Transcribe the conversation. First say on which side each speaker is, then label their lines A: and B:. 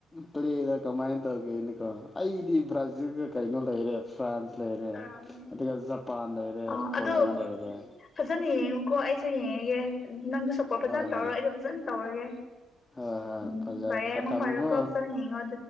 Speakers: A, on the left; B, on the left.
A: ꯄ꯭ꯂꯦꯗ ꯀꯃꯥꯏꯅ ꯇꯧꯒꯦꯅꯀꯣ ꯑꯩꯗꯤ ꯕ꯭ꯔꯥꯖꯤꯜꯒ ꯀꯩꯅꯣ ꯂꯩꯔꯦ ꯐ꯭ꯔꯥꯟꯁ ꯂꯩꯔꯦ
B: ꯇꯧꯔꯝꯅꯤ
A: ꯑꯗꯨꯒ ꯖꯄꯥꯟ ꯂꯩꯔꯦ
B: ꯑꯥ ꯑꯗꯣ
A: ꯀꯣꯔꯤꯌꯥ ꯂꯩꯔꯦ
B: ꯐꯖꯅ ꯌꯦꯡꯉꯨꯀꯣ ꯑꯩꯁꯨ ꯌꯦꯡꯉꯒꯦ ꯅꯪꯁꯨ ꯁꯞꯄꯣꯔꯠ ꯐꯖꯅ
A: ꯍꯣꯏ ꯍꯣꯏ
B: ꯇꯧꯔ ꯑꯩꯁꯨ ꯐꯖꯅ ꯇꯧꯔꯒꯦ
A: ꯍꯣꯏ ꯍꯣꯏ
B: ꯎꯝ
A: ꯐꯖꯔꯦ
B: ꯄꯔꯦ ꯃ
A: ꯊꯝꯃꯨꯀꯣ
B: ꯄ ꯀ ꯆꯉ